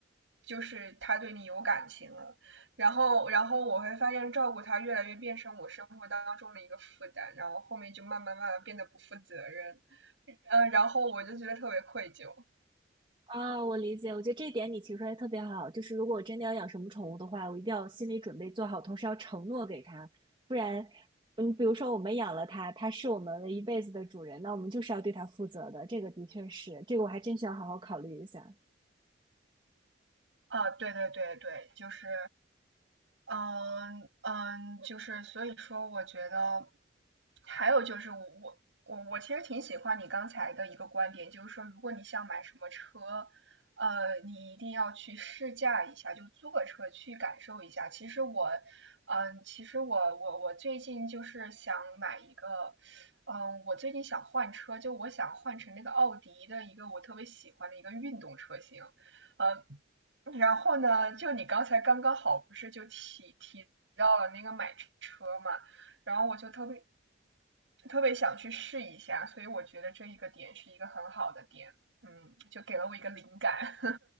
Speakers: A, on the right; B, on the right.
A: 就是它对你有感情了，然后，然后我会发现照顾它越来越变成我生活当中的一个负担，然后后面就慢慢慢慢变得不负责任，嗯，然后我就觉得特别愧疚。
B: 啊，我理解，我觉得这一点你提出来特别好，就是如果我真的要养什么宠物的话，我一定要心理准备做好，同时要承诺给它，不然，嗯，比如说我们养了它，它是我们的一辈子的主人，那我们就是要对它负责的，这个的确是，这个我还真需要好好考虑一下。
A: 啊，对对对对，就是，嗯嗯，就是所以说，我觉得还有就是我我我我其实挺喜欢你刚才的一个观点，就是说，如果你想买什么车，呃，你一定要去试驾一下，就租个车去感受一下。其实我，嗯，其实我我我最近就是想买一个，嗯，我最近想换车，就我想换成那个奥迪的一个我特别喜欢的一个运动车型。呃，然后呢，就你刚才刚刚好不是就提提到了那个买车嘛，然后我就特别特别想去试一下，所以我觉得这一个点是一个很好的点，嗯，就给了我一个灵感。